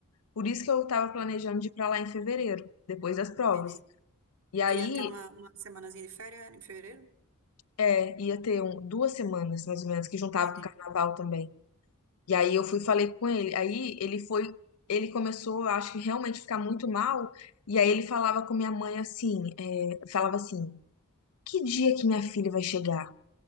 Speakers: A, on the left; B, on the right.
A: Por isso que eu estava planejando de ir para lá em fevereiro, depois das provas.
B: Entendi.
A: E aí
B: Tu ia ter uma, uma semanazinha de férias em fevereiro?
A: É, ia ter um- duas semanas, mais ou menos, que juntava
B: Entendi.
A: com o carnaval também. E aí eu fui e falei com ele. Aí ele foi, ele começou, eu acho que realmente ficar muito mal. E aí ele falava com minha mãe assim, é, falava assim, que dia que minha filha vai chegar?